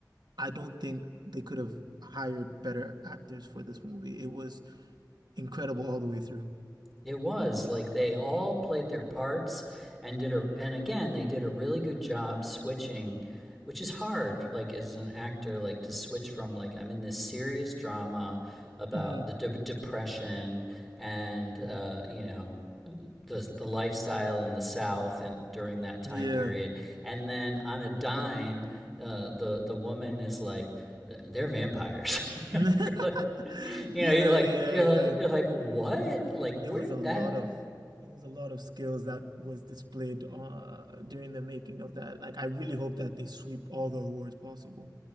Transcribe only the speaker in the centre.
It was like they all played their parts and did a and again they did a really good job switching, which is hard like as an actor like to switch from like I'm in this serious drama about
the de- depression and uh, you know the the lifestyle in the South and during that time
period, and then on a dime, uh, the the woman is like they're vampires. <laughs> you
know, and you're like you
know you're like
you're,
you're like what like where
did
that